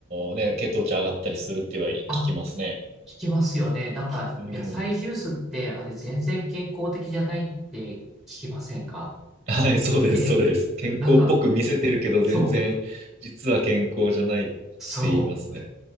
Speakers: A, on the right (about 30°); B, in the centre.
A: ーね、血糖値上がったりするっては聞きますね。
B: あ、聞きますよね。なんか野菜ジュースってあれ全然健康的じゃないって聞きませんか
A: うん。はい、そうです、
B: ええ。
A: そうです。健康っぽく見せてるけど、
B: なんか、
A: 全然、
B: そう。
A: 実は健康じゃないって
B: そ
A: 言いますね。